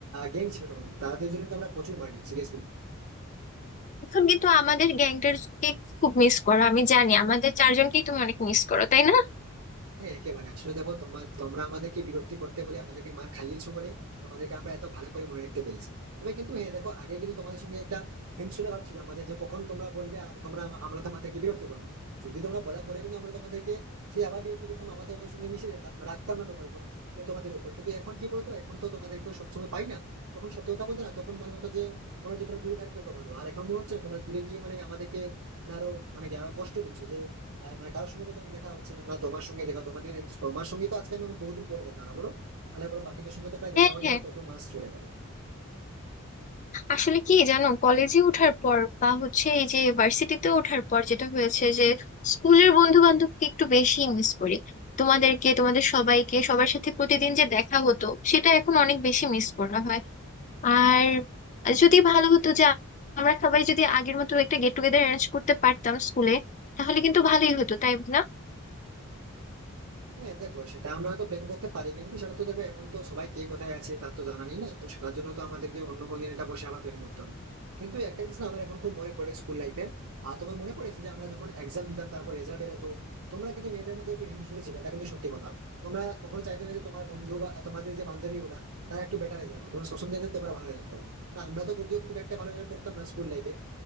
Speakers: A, on the right; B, on the left.
A: গ্যাং ছিল তোমাদের তাদের জন্য কিন্তু আমরা প্রচুর মার খেয়েছি সিরিয়াসলি
B: এখন কিন্তু আমাদের গ্যাংটারকে খুব মিস করো আমি জানি আমাদের চারজনকেই তুমি অনেক মিস করো তাই না
A: হ্যাঁ একেবারে আসলে দেখো তোমার তোমরা আমাদেরকে বিরক্তি করতে বলে আমাদেরকে মার খাইয়েছো বলে তোমাদেরকে আমরা এত ভালো করে মনে রাখতে পেরেছি তবে কিন্তু হ্যাঁ দেখো আগে কিন্তু তোমাদের সঙ্গে একটা হিংসুটে ভাব ছিল আমাদের যে কখন তোমরা বলবে আর তোমরা আমা- আমরা তোমাদেরকে বিরক্ত করবো যদি তোমরা বলার পরে কিন্তু আমরা তোমাদেরকে সেই আবার বিরক্ত করতাম আবার তোমাদের সঙ্গে মিশে যেতাম রাখতাম না তোমার উপর কে- তোমাদের উপর কিন্তু এখন কি বলতো এখন তো তোমাদেরকে সবসময় পাই না তখন সত্যি কথা বলতে না তখন মনে হতো যে তোমরা যতটা দূরে থাকবে তত ভালো আর এখন মনে হচ্ছে না তোমরা দূরে গিয়ে মানে আমাদেরকে মানে আরো মানে আরো কষ্ট দিচ্ছ যে আহ, মানে কারোর সঙ্গে তো তেমন দেখা হচ্ছে না না তোমার সঙ্গে দেখা তোমাদের তোমার সঙ্গে তো আজকে আমি বহুদিন পরে দেখা হলো বলো তাহলে বলো বাকিদের সঙ্গে তো প্রায়
B: হ্যাঁ
A: দেখা হয়নি
B: হ্যাঁ
A: আর কত মাস চলে গেল
B: আসলে কি জানো কলেজে ওঠার পর বা হচ্ছে এই যে ভার্সিটিতে ওঠার পর যেটা হয়েছে যে স্কুলের বন্ধু বান্ধবকে একটু বেশি মিস করি তোমাদেরকে তোমাদের সবাইকে সবার সাথে প্রতিদিন যে দেখা হতো সেটা এখন অনেক বেশি মিস করা হয় আর যদি ভালো হতো যে আমরা সবাই যদি আগের মতো একটা গেট টুগেদার অ্যারেঞ্জ করতে পারতাম স্কুলে তাহলে কিন্তু ভালোই হতো তাই না
A: হ্যাঁ দেখো সেটা আমরা হয়তো প্ল্যান করতে পারি কিন্তু সেটা তো দেখো এখন তো সবাই কে কোথায় আছে তার তো জানা নেই না তো সেটার জন্য তো আমাদেরকে অন্য কোনো দিন এটা বসে আবার প্ল্যান করতে হবে কিন্তু একটা জিনিস না আমার এখন খুব মনে পড়ে স্কুল লাইফে আর তোমার মনে পড়েছে যে আমরা যখন এক্সাম দিতাম তারপর রেজাল্ট বেরোতো তোমরা কিন্তু মেয়েদের মধ্যে একটু হিংসুটে ছিলে এটা কিন্তু সত্যি কথা তোমরা কখনো চাইতে না যে তোমার বন্ধু বা তোমাদের যে বান্ধবী গুলা তারা একটু বেটার রেজাল্ট করো তোমরা সবসময় চাইতে তোমরা ভালো রেজাল্ট করো আর আমরা তো যদিও খুব একটা ভালো রেজাল্ট করতাম না স্কুল লাইফে